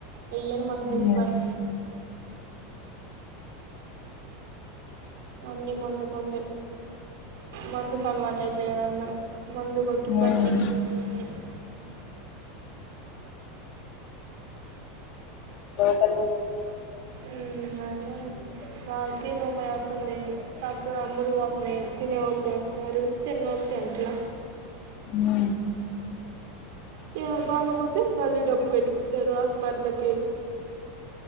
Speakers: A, on the right; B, on the left.
A: వేయ్యన్ మందు
B: ఉమ్.
A: వేశ్పర్ అన్ని మందు మందే మందుకు అలవాటు అయిపోయారు అందరు ముందుగొట్టి పండితే
B: ఉమ్.
A: అన్ని <inaudible>
B: కళ్ళు కూడతాయి
A: మ్మ్ అదే
B: చూస్తాం.
A: వాళ్ళకి రొగాల్ తుంది సక్కగా అమ్ముడు పోతున్నాయి తినే వాళ్ళు తింటున్నారు తిన్నొళ్ళు తినట్లా
B: ఉనా
A: ఏమన్నా బాగకపోతే మళ్ళీ డబ్బులు పెట్టుకుంటారు హాస్పిటల్ కి